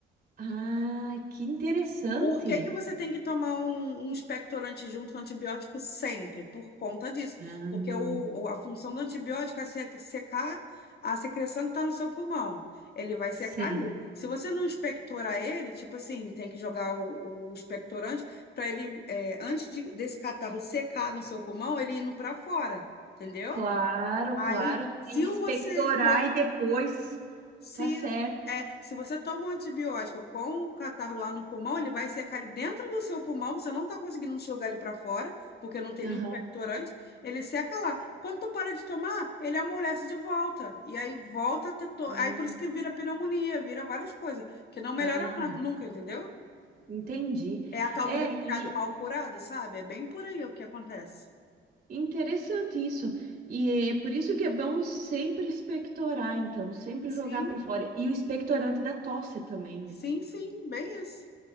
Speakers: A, on the right (about 50°); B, on the left (about 55°).
A: Ah, que interessante.
B: Por que que você tem que tomar um, um expectorante junto com antibiótico sempre? Por conta disso.
A: Ah,
B: Porque o, o- a função do antibiótico é se- secar a secreção que está no seu pulmão. Ele vai secar
A: sim.
B: ali. Se você não expectorar ele, tipo assim, tem que jogar o, o expectorante para ele, é, antes de- desse catarro secar no seu pulmão, ele indo para fora, entendeu?
A: Claro,
B: Aí,
A: claro, tu
B: se
A: tem que
B: você
A: expectorar
B: toma.
A: e depois,
B: Se,
A: tá certo.
B: é, se você toma um antibiótico com o catarro lá no pulmão, ele vai secar ali dentro do seu pulmão, você não está conseguindo jogar ele para fora, porque não tem
A: Aham.
B: nenhum expectorante, ele seca lá. Quando tu para de tomar, ele amolece de volta. E aí volta a ter to...
A: Sim.
B: Aí por isso que vira pneumonia, vira várias coisas, que não melhora
A: Aham.
B: nu- nunca, entendeu?
A: Entendi.
B: É a tal
A: É,
B: do resfriado
A: e
B: mal curado, sabe? É bem por aí o que acontece.
A: Interessante isso. E é por isso que é bom sempre expectorar, então, sempre
B: Sim,
A: jogar para fora. E o expectorante da tosse também, né?
B: sim, sim, bem isso.